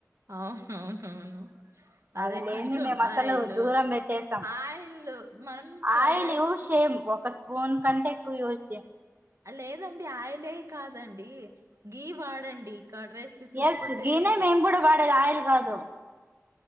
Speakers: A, on the right (about 70°); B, on the right (about 40°).
A: అవును అవును అవును అదే
B: అవి లేనిది
A: కొంచెం
B: మేము అసలు
A: ఆయిల్
B: దూరం పెట్టేస్తాం
A: ఆయిల్లు మనం కడ్
B: ఆయిల్
A: రైస్
B: యూజ్ చేయం ఒక స్పూన్ కంటే ఎక్కువ యూస్ చేం
A: లేదండి ఆయిలే కాదండి గీ వాడండి కడ రైస్ కి సూపర్
B: ఎస్
A: టేస్గా
B: గీనే మేము కూడా వాడేది ఆయిల్ కాదు